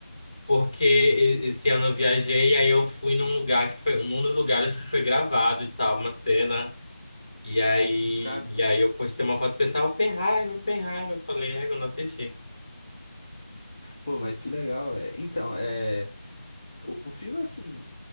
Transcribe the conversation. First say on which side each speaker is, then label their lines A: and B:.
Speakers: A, on the left; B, on the left.
A: Porque e- esse ano eu viajei e aí eu fui num lugar que foi um dos lugares que foi gravado e tal, uma cena. E aí,
B: Cara,
A: e
B: te-
A: aí eu postei uma foto do pessoal, Oppenheimer, Oppenheimer. Eu falei, é, eu não assisti.
B: pô, mas que legal, velho. Então, é, o o filme, assim,